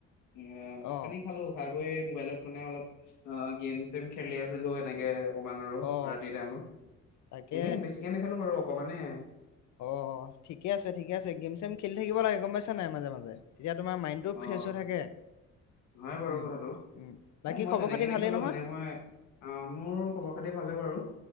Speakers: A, on the left; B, on the left.
A: অহ, ভাত
B: অ
A: পানী খালোঁ। খাই বৈয় মোবাইলত মানে অলপ অহ, গেম-চেম খেলি আছিলোঁ এনেকে। অকমান আৰু
B: অ
A: ৰাতিৰ টাইমত,
B: তাকে
A: এনেই বেছিকে নেখালোঁ বাৰু অকমানেই।
B: অহ, ঠিকে আছে, ঠিকে আছে। গেম-চেম খেলি থাকিব লাগে গম পাইছানে নাই মাজে-মাজে। তেতিয়া তোমাৰ মাইণ্ডটো
A: অ
B: ফ্ৰেছ হৈ থাকে।
A: হয় বাৰু
B: উম
A: কথাটো।
B: উম বাকী
A: এ মই
B: খবৰ
A: তেনেকে
B: খাতি
A: নেখেলোঁ
B: ভালেই নহয়
A: মানে মই অহ, মোৰ খবৰ খাতি ভালে বাৰু।